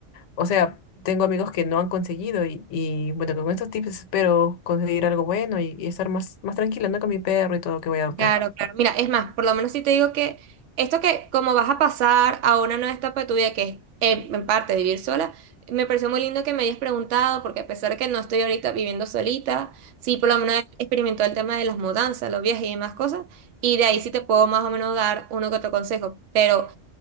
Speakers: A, on the left (about 80°); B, on the right (about 80°).
A: o sea, tengo amigos que no han conseguido y, y bueno, con estos tips espero conseguir algo bueno y, y estar más, más tranquila, ¿no? Con mi perro y todo que voy a adoptar.
B: Claro, claro. Mira, es más, por lo menos si te digo que esto que como vas a pasar a una nueva etapa de tu vida, que es eh, en parte vivir sola, me pareció muy lindo que me hayas preguntado, porque a pesar que no estoy ahorita viviendo solita, sí por lo menos experimentó el tema de las mudanzas, los viajes y demás cosas, y de ahí sí te puedo más o menos dar uno que otro consejo. Pero